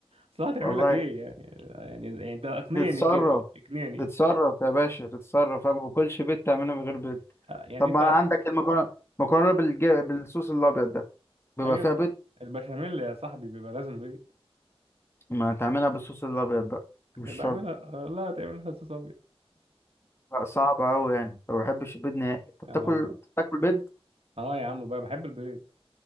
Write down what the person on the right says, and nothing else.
اصل هتعمل
لك ايه يعني يعني يعني انت اقنعني
كده اقنعني
يعني
انت
ايوه
البشاميل يا صاحبي بيبقى لازم بيض
بعملها
لا تعملها صوص ابيض
انا
اه يا عم بقى بحب البيض